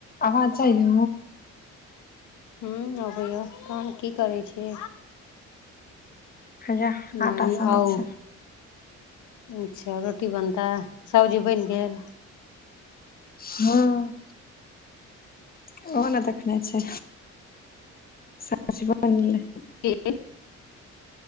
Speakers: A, on the left; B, on the left.
A: आवाज
B: त पक
A: जाइय
B: ल <unintelligible> ह अबैए तहन की करै छी
A: हैया आटा
B: नानी
A: सनै
B: आउ
A: छै
B: अच्छा रोटी बनता सब्जी बनि गेल
A: हँ ओहो ने देखने छै सबजी बनिगेलै
B: के